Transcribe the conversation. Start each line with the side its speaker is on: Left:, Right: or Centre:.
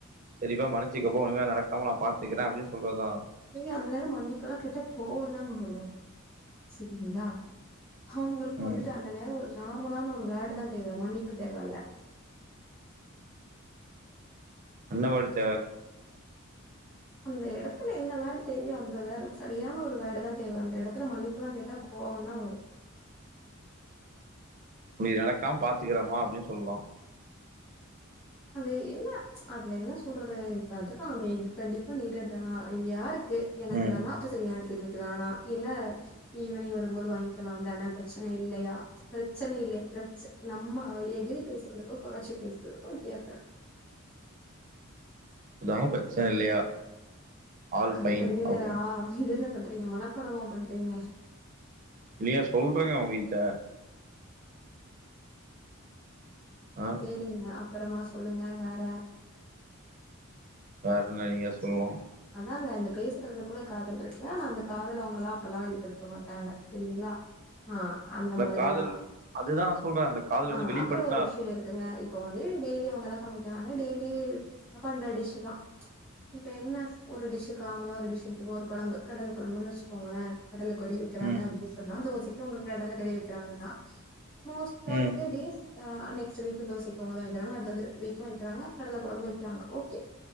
Right: செரிப்பா மன்னிச்சுக்கப்பா ஒன்னுமே நடக்காம நா பாத்துக்கிறே அப்டின் சொல்றதா
Left: நீங்க அந்த நேரோ மன்னிப்பல்லா கேட்டா கோவோந்தாங்க வரூ சரிங்களா அவுங்ளுக்கு
Right: ம்
Left: வந்துட்டு அந்த நேரோ ஒரு நா <unintelligible> முனானு ஒரு வேடுதா தேவ மன்னிப்பு தேவல்ல
Right: என்ன படிச்ச
Left: அந்த எடத்துல என்ன வேடு தேவயோ அந்த வேடு சரியான ஒரு வேடு தா தேவ அந்த எடத்துல மன்னிப்புலா கேட்டா கோவந்தா வரு
Right: நீ நடக்காம் பாத்துக்கிற வா அப்டின் சொல்லா
Left: அது என்ன அதுல என்ன சொல்றது இப்ப அதுதா அந்த <unintelligible> கண்டிப்பா நீடட் தானா இது யாருக்கு எனக்கு
Right: ம்
Left: தானா அப்ப சரி எனக்கு இன்னைக் <unintelligible> னா இல்ல ஈவினிங் வரும்போது வாங்கிக்கலாம்தான பிரச்சனை இல்லையா பிரச்சனை இல்லைய பிரச்ச நம்ம எகிரி பேசுறதுக்கு கொறச்சி பேசுறதுக்கு கேப்ப
Right: தா பிரச்சன் இல்லையா ஆல்
Left: ஆ
Right: ஃபைன்
Left: என்ன நீங்க
Right: அப்படின்னு
Left: அ இதெல்லா பண்றீங்க மனப்படமா பண்றீங்க
Right: இல்லங்க சொல்றங்க உங்ககிட்ட ஆ?
Left: செரிங்க அப் அப்புறமா சொல்லுங்க வேற
Right: வேற என்ன
Left: அப்டின்
Right: நீங்க சொல்னோ
Left: சொல் அதாங்க இந்த பேசுறதுல கூட காதல் ருக்குல்ல ஆனா அந்த காதல அவங்லா அப்பல்லா வெளிப்படுத்த மாட்டாங்க சேரிங்ளா அ அந்த மாரி
Right: காதல்
Left: தா
Right: அதுதான் நான் சொல்றேன் அந்த காதல்
Left: ஆ
Right: வந்து வெளிப்படுத்தினா
Left: அப்றோஒரு விஷ்யோ இருக்குங்க இப்போ வந்து டெய்லி இவங்கதா சமைப் தாங்க டெய்லி பன்ற டிஷ்ஷு தா இப்ப என்ன ஒரு டிஷ்ஷு காமனா ஒரு டிஷ்ஷு எடுத்தப்போ ஒரு கொழம்பு கடல கொழம்புன் வச்சுக்கோங்களே கடல க்ரேவி வைக்கிறாங்க
Right: ம்
Left: அப்டின் சொன்னா தோசைக்கு உங்க கடல க்ரேவி வெக்கிறாங்கன்னா மோஸ்ட் ஆப்
Right: ம்
Left: த டேஸ் ஆ நெக்ஸ்ட் வீக் தோசைக்கு அதா வெக்கிறாங்க அடுத்த வீக்கு ருக்காங்க கடல கொழம்பு வெக்கிறாங்க ஓகே